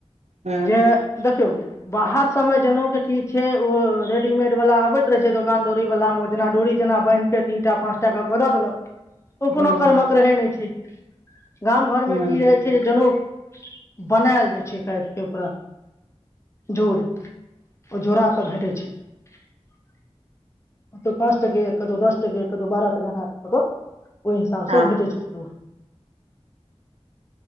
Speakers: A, on the right; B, on the left.
A: हूँ
B: जे, देखियौ बाहर सभमे जनेऊ के की छै ओ रेडीमेड वला अबैत रहै छै दोकान में, डोरी वला मे ओ जेना डोरी जेना बान्हिके तीन टा पाँच टा क क द देलक। ओ
A: हूँ
B: कोनो कर्मक रहै नै छै। गाम घर
A: हूँ
B: मे की रहै छै जे जनेउ बनायल जाइ छै फेर के उपरा जोर ओ जोरा ओत भेटै छै। कतौ पाँच टके कतौ दस टके कतौ बारह टके, एना क क। ओहि हिसाबसँ
A: हँ
B: भेटैत छै जोरा।